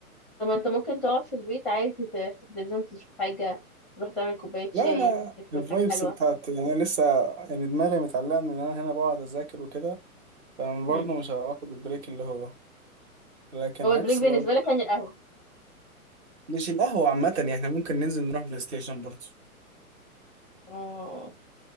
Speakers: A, in the centre; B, on the right.
A: طب ما انت ممكن تقعد في البيت عادي تفتح تلفزيون تشوف حاجه تروح تعمل كوبايه شاي
B: لا انا
A: تاكل
B: الفايبس
A: حاجه حلوه
B: بتاعتي يعني انا لسه يعني دماغي متعلقه ان انا هنا بقعد اذاكر وكده فبرضه
A: مم.
B: مش هاخد البريك اللي هو لكن
A: هو
B: عكس
A: البريك بالنسبه
B: لو
A: لك يعني القهوه
B: مش القهوه عامه يعني احنا ممكن ننزل نروح بلاي ستيشن برضه
A: اه